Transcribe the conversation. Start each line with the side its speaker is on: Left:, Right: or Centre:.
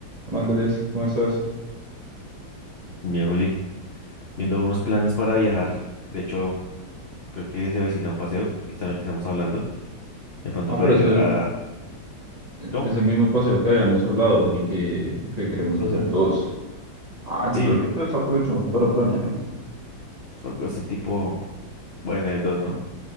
Right: Hola Andrés, ¿cómo estás?
Left: Mi Juli, viendo unos planes para viajar. De hecho, creo que se avecina un paseo y está en lo que estamos hablando. De pronto
Right: Ah,
Left: para
Right: pero
Left: ir
Right: es el,
Left: a...
Right: es
Left: ¿Cómo?
Right: el mismo paseo que habíamos hablado, el que, que queremos
Left: Ujú.
Right: hacer todos. Ah, yo
Left: Sí,
Right: creo que entonces aprovechamos para planearlo.
Left: algo así tipo... Bueno, hay dos, ¿no?